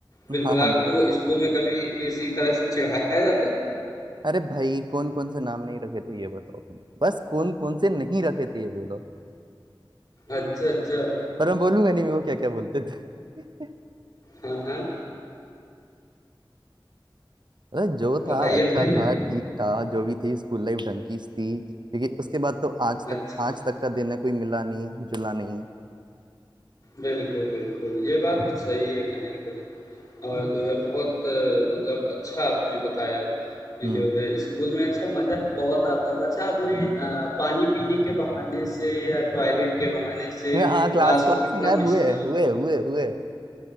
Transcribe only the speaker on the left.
बिल्कुल,
आपको
स्कूल में कभी किसी तरह से चिढ़ाया जाता था?
अच्छा, अच्छा।
हाँ, हाँ।
बताइए,
बताइए।
अच्छा,
अच्छा।
बिल्कुल, बिल्कुल। ये बात तो सही है कहीं न कहीं और जो है बहुत अ, मतलब अच्छा आपने बताया कि
जो है स्कूल में अच्छा मज़ा तो बहुत आता था। अच्छा आपने अ, पानी पीने के बहाने से या टॉयलेट के बहाने से
क्लास
को कितना
मिस
करा?